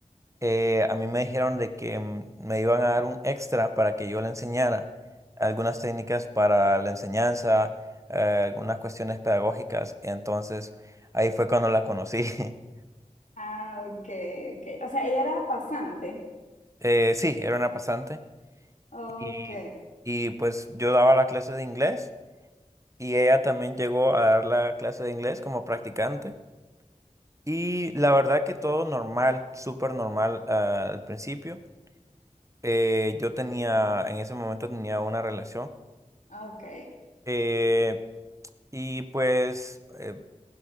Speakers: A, on the right (about 25°); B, on the left (about 65°).
A: eh, a mí me dijeron de que mm, me iban a dar un extra para que yo le enseñara algunas técnicas para la enseñanza, eh, algunas cuestiones pedagógicas. Entonces, ahí fue cuando la conocí. <laughs>
B: Ah, ok, ok. O sea, ella era pasante.
A: Eh, sí, era una pasante.
B: Ok,
A: Y, y pues yo daba la clase de inglés y ella también llegó a dar la clase de inglés como practicante. Y la verdad que todo normal, súper normal, ah, al principio. Eh, yo tenía, en ese momento tenía una relación.
B: ok.
A: Eh, Y pues eh,